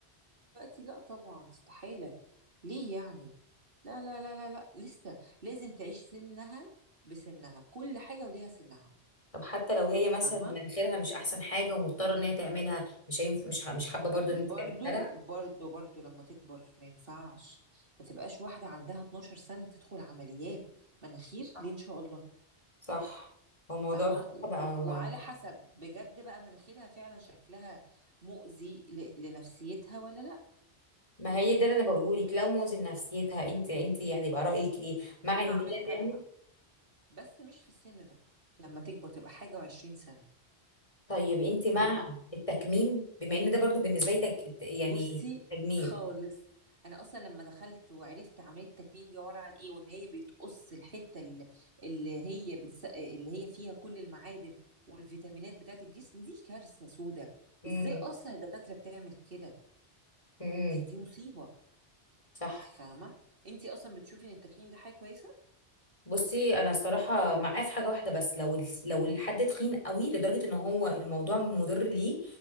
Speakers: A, on the right (about 60°); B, on the left (about 30°).
A: دلوقتي لا طبعا استحالة ليه يعني لا لا لا لا لا لسه لازم تعيش سنها بسنها كل حاجة وليها سنها
B: طب حتى لو هي مثلا
A: فاهمة
B: مناخيرها مش احسن حاجه ومضطره ان هي تعملها مش هينف... مش ح... مش حابه برضو ان انت
A: برضو
B: تعملها لا
A: برضو برضو لما تكبر ما ينفعش ما تبقاش واحدة عندها 12 سنة تدخل عمليات مناخير
B: صح
A: ليه إن شاء الله
B: صح هو موضوع
A: فاهمة
B: الصحه
A: و-
B: بقى
A: و- وعلى حسب بجد بقى مناخيرها فعلا شكلها مؤذي ل- لنفسيتها ولا لا
B: ما هي ده اللي انا بقوله لك لو مؤذي لنفسيتها انت انت هتبقى رايك ايه مع ان
A: هعملها
B: هي تعمل
A: لها بس مش في السن ده لما تكبر تبقى حاجة وعشرين سنة
B: طيب انت مع
A: فاهمة
B: التكميم بما ان ده برضو بالنسبه لي تك... يعني
A: بصي
B: تجميل
A: خالص انا اصلا لما دخلت وعرفت عمليه التكميم دي عباره عن ايه وان هي بتقص الحته اللي اللي هي بتس... اللي هي فيها كل المعادن والفيتامينات بتاعت الجسم دي كارثه سودة
B: امم
A: ازاي اصلا الدكاتره بتعمل كده
B: امم
A: دي دي مصيبه
B: صح
A: انت فاهمه انت اصلا بتشوفي ان التكميم ده حاجه كويسه
B: بصي انا الصراحه معاه في حاجه واحده بس لو ال- لو الحد تخين قوي لدرجه ان هو الموضوع مضر ليه